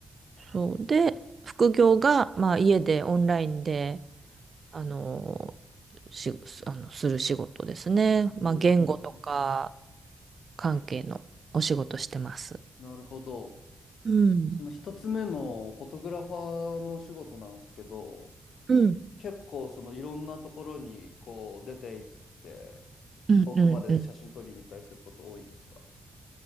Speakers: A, on the right; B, on the left.
A: そう。で、副業が、まあ、家でオンラインで、あの、し、あの、する仕事ですね。
B: へえ。
A: まあ、言語とか関係のお仕事してます。
B: なるほど。
A: うん。
B: その一つ目のフォトグラファーのお仕事なんですけど、
A: うん。
B: 結構そのいろんなところにこう出て行って、
A: うん、
B: 遠くまで写真撮りに行ったりすること多いんですか
A: うん、うん。